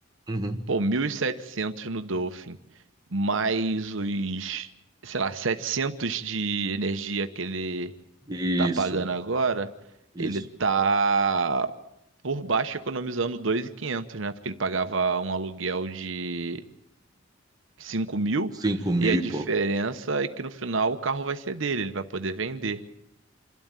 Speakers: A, on the right; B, on the right.
A: Uhum.
B: Pô, 1.700 no Dolphin, mais os, sei lá, 700 de energia que ele
A: Isso,
B: tá pagando agora,
A: isso.
B: ele tá por baixo economizando dois mil e quinhentos, né? Porque ele pagava um aluguel de cinco mil
A: Cinco mil
B: e a
A: e
B: diferença
A: pouco.
B: é que no final o carro vai ser dele, ele vai poder vender.